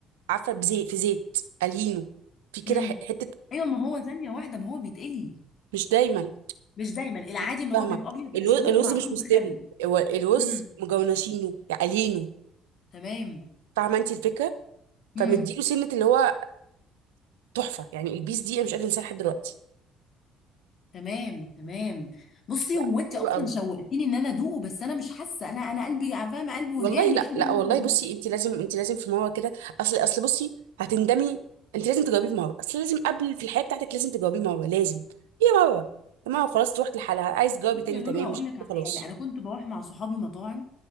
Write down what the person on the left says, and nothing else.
امم
ايوه ما هو ثانيه واحده ما هو بيتقلي
مش دايما العادي
ان هو
بيبقى ابيض
مسلوق
ومعمول
بخل
امم
تمام
امم
تمام تمام بصي
هو
انت اصلا
شوقتيني ان انا ادوقه بس انا مش حاسه انا انا قلبي فاهمه قلبي وجعني
كده
ان
انا ادوقه
بصي
يا لولو
هقول
لك
على
حاجه انا كنت بروح مع صحابي مطاعم